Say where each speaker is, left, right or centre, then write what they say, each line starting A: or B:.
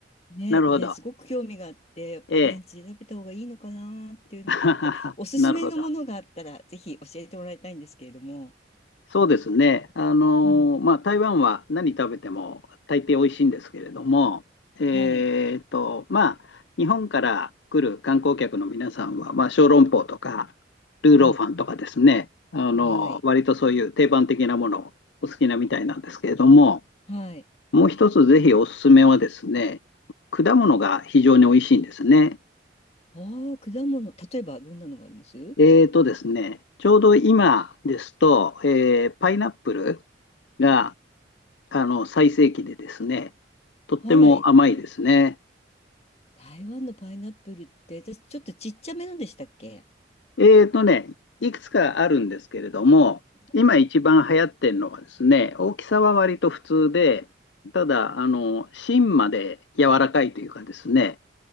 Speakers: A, on the left (about 35°); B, on the left (about 70°).
A: ね、
B: なるほど。
A: で、すごく興味があって、やっぱり現地で食べた方がいいのかなっていうのがあって、
B: ええ、<laughs>
A: おすすめのものがあったら、
B: なるほど。
A: ぜひ教えてもらいたいんですけれども。
B: そうですね。あのーまあ、
A: うん。
B: 台湾は何食べても大抵美味しいんですけれども、えーと、
A: はい。
B: まあ、日本から来る観光客の皆さんは、まあ、小籠包とか、ルーローファンとかですね、
A: うん。
B: あのー割とそういう定番的なものをお好きなみたいなんですけれども、
A: はい。はい。
B: もう一つぜひおすすめはですね、果物が非常に美味しいんですね。
A: ああ、果物。例えばどんなのがあります
B: えーとですね、ちょうど今ですと、えーパイナップルがあの最盛期でですね、とっても甘いですね。
A: はい。台湾のパイナップルって、私ちょっとちっちゃめなんでしたっけ
B: えーとね、いくつかあるんですけれども、
A: うん
B: 今一番流行ってるのはですね、大きさは割と普通で、ただ、あの、芯まで柔らかいというかですね、